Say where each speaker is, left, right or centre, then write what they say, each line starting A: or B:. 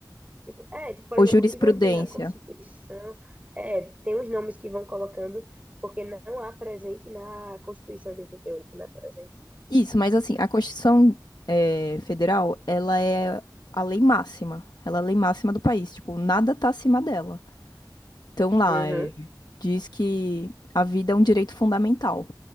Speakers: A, on the right; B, on the left.
A: Tipo, é, tipo, por
B: Ou
A: exemplo,
B: jurisprudência?
A: o que não tem na Constituição, é, tem os nomes que vão colocando, porque não há presente na Constituição de 88, né, por exemplo.
B: Isso, mas assim, a Constituição eh, Federal, ela é a lei máxima. Ela é a lei máxima do país. Tipo, nada tá acima dela. Então lá,
A: Uhum,
B: é, diz que a vida é um direito fundamental.